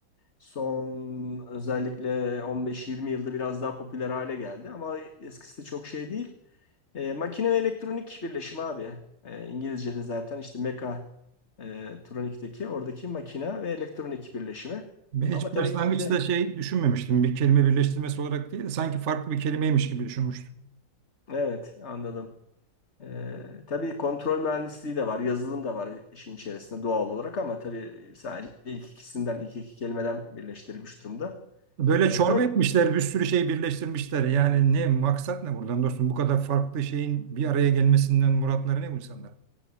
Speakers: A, on the left; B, on the right.
A: son özellikle 15-20 yılda biraz daha popüler hale geldi. Ama eskisi de çok şey değil. E, makine ve elektronik birleşimi abi. E, İngilizce'de zaten işte meka e, tronikteki oradaki makine ve elektronik birleşimi.
B: Ben
A: Ama
B: hiç
A: tabii
B: başlangıçta
A: içinde
B: şey düşünmemiştim. Bir kelime birleştirmesi olarak değil de sanki farklı bir kelimeymiş gibi düşünmüştüm.
A: evet anladım. E, tabii kontrol mühendisliği de var, yazılım da var işin içerisinde doğal olarak ama tabii sadece ilk ikisinden, ilk iki kelimeden birleştirilmiş durumda.
B: Böyle
A: E,
B: çorba
A: böyle
B: etmişler, bir sürü şey birleştirmişler. Yani ne maksat ne buradan dostum? Bu kadar farklı şeyin bir araya gelmesinden muratları ne bu insanların?